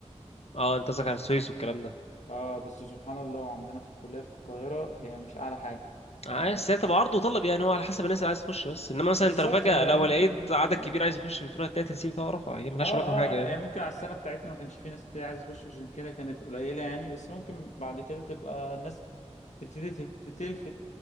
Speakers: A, on the left (about 65°); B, on the left (about 85°).
A: اه انت قصدك على السويس والكلام ده
B: اه بس سبحان الله عندنا في الكليه في القاهره هي مش اعلى حاجه
A: عايز
B: ف-
A: هي بتبقى عرض وطلب يعني هو على حسب الناس اللي عايز تخش بس انما مثلا
B: بالظبط
A: انت لو فجأة
B: هي
A: لو
B: ممكن
A: لقيت عدد
B: اه
A: كبير عايز يخش بترول هتلاقي التنسيق بتاعه رفع هي ملهاش
B: اه آه،
A: علاقة بحاجة يعني
B: هي ممكن على السنة بتاعتنا ما كانش في ناس كتير عايزة تخش عشان كده كانت قليلة يعني بس ممكن بعد كده تبقى الناس تبتدي تت- تلفت